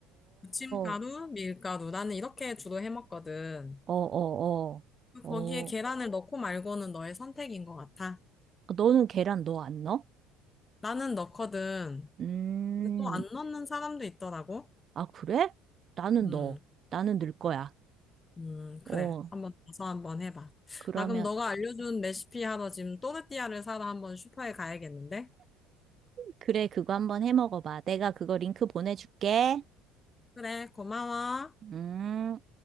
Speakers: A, on the left; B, on the right.
A: 부침가루,
B: 어,
A: 밀가루. 나는 이렇게 주로 해 먹거든.
B: 어, 어, 어.
A: 거기에 계란을 넣고 말고는 너의 선택인 것 같아.
B: 아, 너는 계란 넣어, 안 넣어?
A: 나는 넣거든.
B: 음,
A: 근데 또 안 넣는 사람도 있더라고.
B: 아, 그래? 나는
A: 음.
B: 넣어. 나는 넣을 거야.
A: 음,
B: 어,
A: 그래. 한번 가서 한번 해봐.
B: 그러면,
A: 나 그럼 너가 알려준 레시피 하러 지금 또르띠아를 사러 한번 슈퍼에 가야겠는데?
B: 그래, 그거 한번 해 먹어봐. 내가 그거 링크 보내줄게.
A: 그래, 고마워.
B: 음.